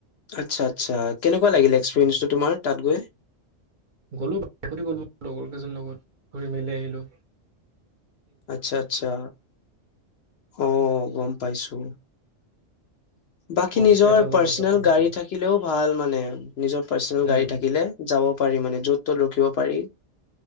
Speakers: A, on the left; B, on the right.
A: আচ্ছা আচ্ছা কেনেকুৱা লাগিলে এক্সপেৰিয়ঞ্চটো
B: মানে
A: তোমাৰ তাত গৈ
B: গলো বতে গলো লগৰ কেইজন লগত ঘুৰি মেলি আহিলো
A: আচ্ছা আচ্ছা অম গম পাইছো বাকী
B: হোমষ্টে
A: নিজৰ
B: এটা ল'লো
A: পাৰ্চনেল
B: তাতে থাকিলো।
A: গাড়ী, থাকিলেও ভাল মানে নিৰ পাৰ্চনে
B: উম,
A: গাড়ী, থাকিলে যাব পাৰি ম য'ত ত'ত ৰখিব পাৰি।